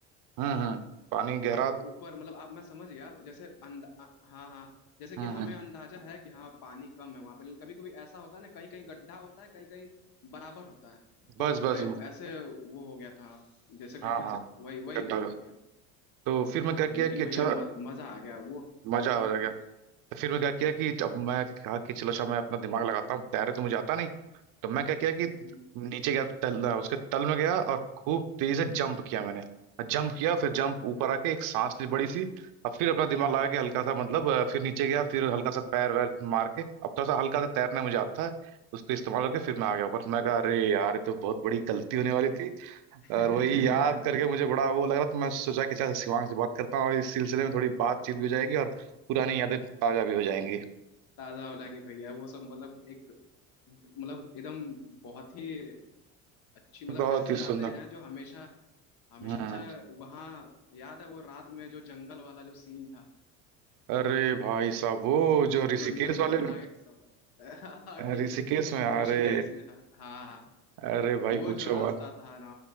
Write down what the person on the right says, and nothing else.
हम्म हम्म, पानी गहरा
हम्म
हम्म,
बस
बस
हाँ हाँ
गड्ढा
तो फिर मैं क्या किया
कि अच्छा
मजा
आ गया तो फिर मैं क्या किया कि अब मैं कहा कि चलो अच्छा मैं अपना दिमाग लगाता हूँ तैरे तो मुझे आता नहीं है तो मैं क्या किया कि
नीचे गया तल उसके तल में गया और खूब तेजी से जंप किया मैंने जंप किया फिर जंप ऊपर आके एक सांस ली बड़ी सी अब फिर अपना दिमाग लगा के हल्का सा मतलब अ, फिर नीचे गया फिर हल्का सा पैर वैर मार के अब थोड़ा सा हल्का सा तैरना मुझे आता है उसको इस्तेमाल करके फिर मैं आ गया ऊपर मैं कहा अरे यार ये तो बहुत बड़ी गलती होने वाली थी
और वही याद करके मुझे बड़ा वो लग रहा था मैं सोचा कि अच्छा शिवांग से बात करता हूँ और इस सिलसिले में थोड़ी बातचीत भी हो जाएगी और पुरानी यादें ताजा भी हो जाएंगी
बहुत
ही
सुंदर
हम्म
अरे भाई साहब वो
जो ऋषिकेश
वाले
में
ऋषिकेश में
अरे
अरे
भाई पूछो
मत